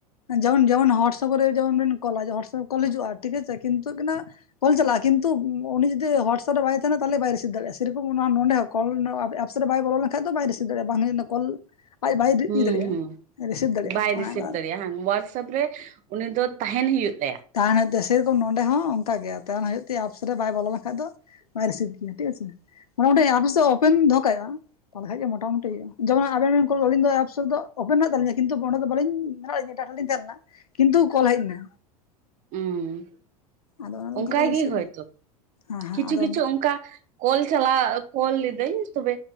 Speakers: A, on the left; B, on the right.
A: ᱡᱚᱱ ᱡᱚᱱ ᱦᱳᱣᱟᱴᱥᱟᱯᱨᱮ ᱡᱚᱱ ᱠᱚᱞᱟ ᱦᱳᱣᱟᱴᱥᱟᱯ ᱠᱚᱞ ᱦᱤᱡᱩᱜ-ᱟ ᱴᱷᱤᱠᱟᱪᱷᱮ ᱠᱤᱱᱛᱩ ᱠᱟᱱᱟ ᱠᱳᱞ ᱪᱟᱞᱟᱜ ᱠᱤᱱᱛᱩ ᱩᱱᱤ ᱡ ᱦᱳᱣᱟᱴᱥᱟᱯ ᱨᱮ ᱵᱟᱭ ᱛᱟᱦᱮᱱᱟ ᱛᱟᱦᱚᱞᱮ ᱵᱟᱭ ᱨᱤᱥᱵ ᱫᱟᱲᱮᱭᱟᱜ ᱥᱮᱨᱠᱚᱢ ᱱᱚᱰᱮ ᱠᱚᱞ ᱟᱨᱥᱮᱱᱨᱮ ᱵᱟᱭ ᱵᱟᱲᱟᱭ ᱞᱮᱠᱷᱟᱱ <inaudible> ᱫᱚ ᱵᱟᱭ ᱨᱤᱥᱤᱵ ᱫᱟᱲᱮᱭᱟᱜ-ᱟ ᱵᱟᱝ ᱦᱩᱭᱩᱜᱱᱟ ᱠᱚᱞ ᱟᱡ ᱵᱟᱭ ᱤᱭᱟᱹ
B: ᱦᱩᱸ
A: ᱫᱟᱲᱮᱭᱟᱜᱼᱟ
B: ᱦᱩᱸ
A: ᱨᱤᱥᱤᱵᱷ ᱫᱟᱲᱮᱭᱟᱜᱼᱟ
B: ᱵᱟᱭ ᱨᱤᱥᱤᱵᱷ
A: ᱚᱱᱮ ᱚᱱᱠᱟ
B: ᱫᱟᱲᱮᱭᱟᱜ-ᱟ ᱦᱟᱝ ᱦᱳᱣᱟᱴᱥᱟᱯ ᱨᱮ ᱩᱱᱤ ᱫᱚ ᱛᱟᱦᱮᱸᱱ ᱦᱩᱭᱩᱜ ᱛᱟᱭᱟ᱾
A: ᱛᱟᱦᱮᱸᱱ ᱦᱩᱭᱩᱜ ᱛᱟᱭᱟ ᱥᱮᱨᱚᱠᱚᱢ ᱱᱚᱸᱰᱮ ᱦᱚᱸ ᱚᱱᱠᱟ ᱜᱮ ᱛᱟᱦᱮᱸᱱ ᱦᱩᱭᱩᱜ ᱛᱟᱭᱟ ᱟᱯᱥ ᱨᱮ ᱵᱟᱭ ᱵᱚᱞᱚ ᱞᱮᱠᱷᱟᱱ ᱫᱚ᱾ ᱵᱟᱭ ᱨᱤᱥᱤᱵ ᱜᱮᱭᱟ ᱴᱷᱤᱠ ᱟᱪᱷᱮ ᱚᱸᱰᱮ ᱟᱯᱤᱥ ᱫᱚ ᱚᱯᱮᱱ ᱫᱚᱦᱚ ᱠᱟᱜᱦᱩᱭᱩᱜ-ᱟ ᱚᱱᱟᱦᱟᱡ ᱜᱮ ᱢᱚᱴᱟᱢᱩᱴᱤ ᱡᱮᱢᱚᱱ ᱟᱵᱮᱱ ᱵᱮᱱ ᱠᱚᱞ ᱟᱹᱞᱤᱧ ᱫᱚ ᱮᱯᱥ ᱨᱮᱫᱚ ᱳᱯᱮᱱ ᱱᱟᱜ ᱛᱤᱧᱟ ᱠᱤᱱᱛᱩ ᱚᱸᱰᱮ ᱵᱟᱹᱞᱤᱧ ᱢᱮᱱᱟᱜ ᱞᱤᱧᱟ ᱮᱴᱟᱜ ᱴᱷᱮᱱ ᱞᱤᱧ ᱛᱟᱦᱮᱸ ᱞᱮᱱᱟ ᱠᱤᱱᱛᱩ ᱠᱚᱞ ᱦᱮᱜ ᱱᱟ
B: ᱦᱩᱸ
A: ᱟᱫᱚ ᱚᱱᱟ
B: ᱚᱝᱠᱟᱭ
A: ᱠᱟᱛᱮ
B: ᱜᱮ
A: ᱨᱤᱥᱤᱵᱷ
B: ᱦᱚᱭᱛᱚ
A: ᱦᱮᱸ ᱦᱮᱸ
B: ᱠᱤᱪᱷᱩ
A: ᱟᱫᱚ
B: ᱠᱤᱪᱷᱩ ᱚᱱᱠᱟ ᱠᱚᱞ ᱪᱟᱞᱟᱜ ᱠᱚᱞ ᱞᱤᱫᱟᱹᱭ ᱛᱚᱵᱮ